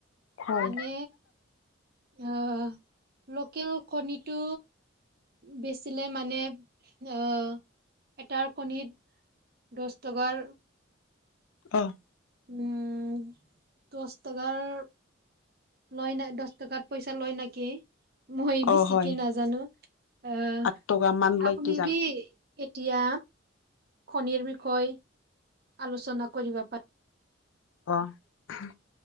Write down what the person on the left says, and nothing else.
হয়
অ',
অ'
হয়
আঠ টকা মান লয়
কিজান
অ'